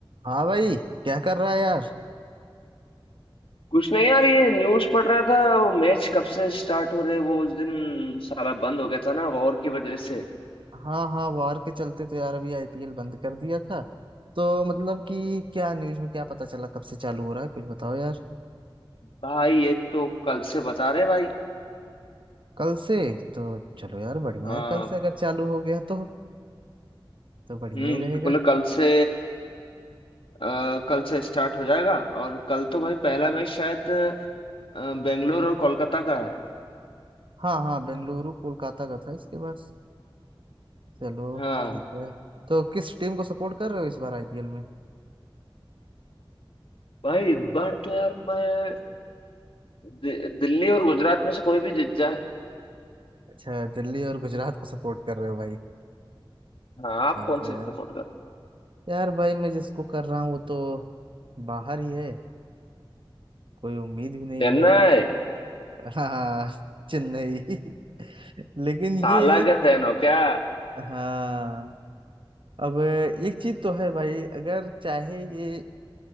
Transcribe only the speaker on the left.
कुछ नहीं यार ये न्यूज पढ़ रहा था वो मैच कब से स्टार्ट हो रहे हैं, वो उस दिन साला बंद हो गया था ना वॉर की वजह से
भाई ये तो कल से बता रहे भाई
आ,
हम्म
बोले कल से आ, कल से स्टार्ट हो जाएगा और कल तो भाई पहला मैच शायद अ, बेंगलोर और कोलकाता का है
हाँ
भाई इस बार तो यार मैं दि, दिल्ली और गुजरात में से कोई भी जीत जाए
हाँ आप
कौन से
सपोर्ट कर रहे हो
चेन्नई
ताला
के फैन हो क्या